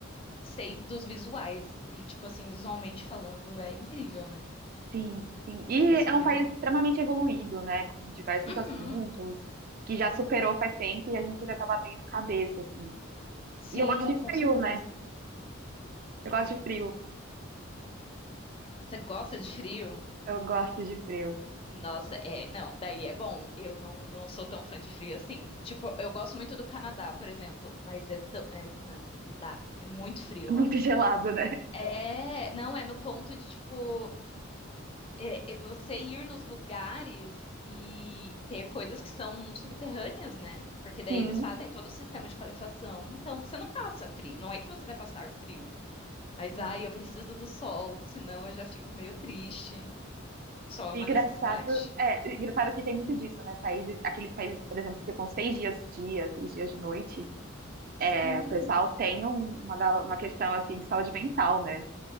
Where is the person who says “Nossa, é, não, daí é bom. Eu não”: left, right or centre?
Left